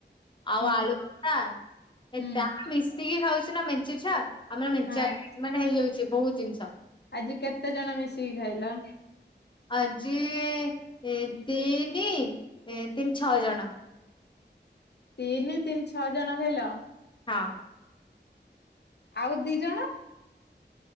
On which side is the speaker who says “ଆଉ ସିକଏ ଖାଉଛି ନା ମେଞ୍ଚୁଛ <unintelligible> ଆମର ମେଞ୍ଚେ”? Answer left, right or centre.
Left